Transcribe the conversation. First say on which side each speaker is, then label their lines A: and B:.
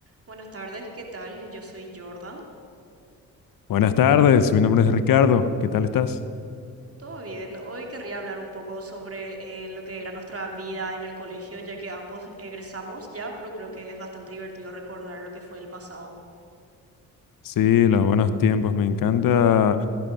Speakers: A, on the right; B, on the left.
A: Buenas tardes, ¿qué tal? Yo soy Jordan.
B: Buenas tardes, mi nombre es Ricardo. ¿Qué tal estás?
A: Todo bien. Hoy querría hablar un poco sobre eh, lo que era nuestra vida en el colegio, ya que ambos egresamos ya, pero creo que es bastante divertido recordar lo que fue el pasado.
B: Sí, los buenos tiempos. Me encanta,